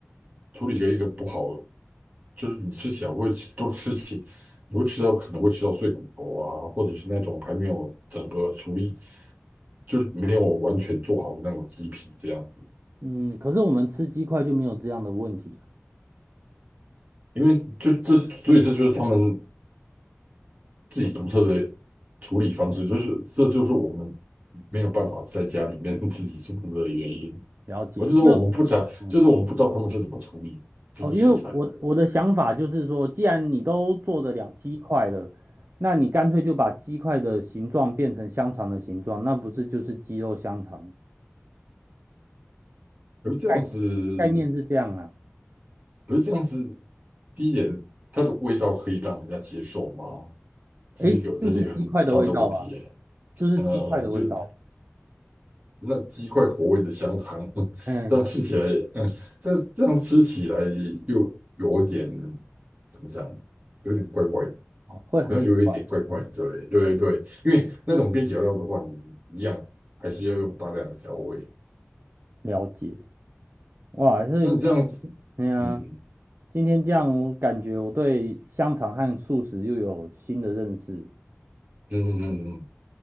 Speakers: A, on the right; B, on the right.
A: 处理了一个不好，就是你吃起来会都吃起，你会吃到可能会吃到碎骨头啊，或者是那种还没有整个处理，就是没有完全做好的那种鸡皮这样子。
B: 嗯，可是我们吃鸡块就没有这样的问题啊。
A: 因为就这，所以这就是他们自己独特的处理方式，就是这就是我们没有办法在家里面 <laughs> 自己做的原因。
B: 了解，
A: 我就说我们不知道，
B: 因为嗯
A: 就是我们不知道他们是怎么处理这个食材的。
B: 哦，因为我我的想法就是说，既然你都做得了鸡块了，那你干脆就把鸡块的形状变成香肠的形状，那不是就是鸡肉香肠？
A: 可是这样子，
B: 概概念是这样啊，
A: 可是这样子，第一点，它的味道可以让人家接受吗？这是一个，
B: 诶，
A: 这是一个很大的问题耶。
B: 就是鸡块的味道啊，就是鸡块的味道，
A: 呃，就是那鸡块口味的香肠，<laughs>
B: 嗯，
A: 这样吃起来，嗯，这这样吃起来又有点怎么讲，有点怪怪的，
B: 哦会很奇怪的。
A: 好像有一点怪怪的。对对对，因为那种边角料的话，你一样还是要用大量的调味。
B: 了解，哇，所以。
A: 那你这样
B: 对呀，
A: 嗯
B: 今天这样，我感觉我对香肠和素食又有新的认识。
A: 嗯嗯嗯嗯，